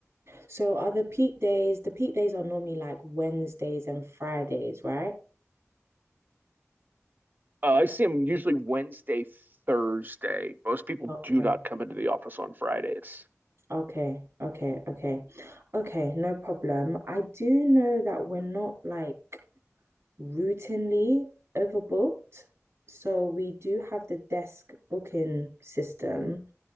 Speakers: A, on the right (about 60°); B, on the right (about 40°).
A: So are the peak days, the peak days are normally like Wednesdays and Fridays, right?
B: Uh, I see them usually Wednesday, Thursday. Most people
A: Okay,
B: do not come into the office on Fridays.
A: okay, okay, okay. Okay, no problem. I do know that we're not like routinely overbooked. So we do have the desk booking system.